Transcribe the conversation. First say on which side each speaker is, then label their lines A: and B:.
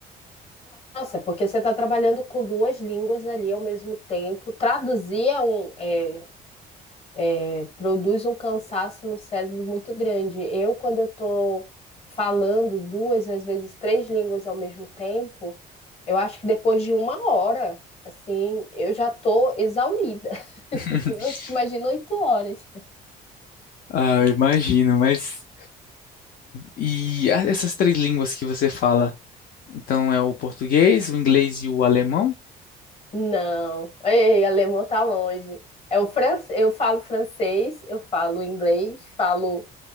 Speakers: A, on the left; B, on the left.
A: Nossa, porque você está trabalhando com duas línguas ali ao mesmo tempo. Traduzir é um, é, É, produz um cansaço no cérebro muito grande. Eu, quando eu estou falando duas, às vezes três línguas ao mesmo tempo, eu acho que depois de uma hora, assim, eu já tô exaurida. <laughs>
B: <laughs>
A: Eu fico- imagino oito horas.
B: Ah, eu imagino, mas e, e a- essas três línguas que você fala? Então é o português, o inglês e o alemão?
A: Não, ei, alemão tá longe. É o francês, eu falo francês, eu falo inglês, falo